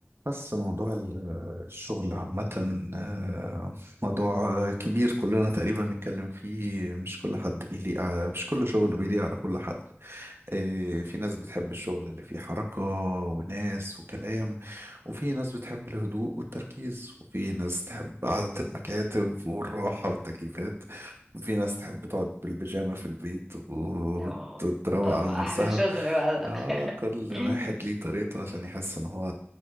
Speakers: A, on the right (about 65°); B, in the centre.
A: بس موضوع ال- الشغل عامة آه، موضوع آه، كبير كلنا تقريبا نتكلم فيه مش كل حد بيليق ع- مش كل شغل بيليق على كل حد إيه، في ناس بتحب الشغل اللي فيه حركة وناس وكلام وفي ناس بتحب الهدوء والتركيز وفي ناس تحب قعدة المكاتب والراحة والتكييفات وفي ناس تحب تقعد بالبيجامة في البيت وتروق
B: اه اه
A: على نفسها
B: احلى شغل بقى ده
A: آه كل
B: <laughs>
A: واحد ليه طريقته عشان يحس ان هو